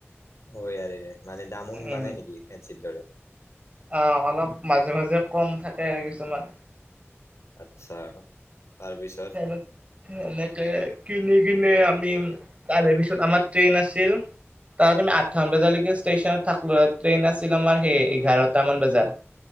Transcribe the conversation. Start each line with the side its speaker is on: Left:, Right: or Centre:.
Left: হয় <unintelligible> মানে দামো সিমানে
Right: উম
Left: নেকি ফেঞ্চিৰ দৰে?
Right: অ' অলপ মাজে মাজে কম থাকে আৰু কিছুমান।
Left: আচ্ছা, তাৰপিছত।
Right: সেনেকে কিনি কনে আমি, তাৰে পিছত আমাৰ ট্ৰেইন আছিল। তাত তুমি
Left: অ'
Right: আঠামান বজালৈকে ষ্টেচনত থাকলো, ট্ৰেইন আছিল আমাৰ সেই এঘাৰটামান বজাত।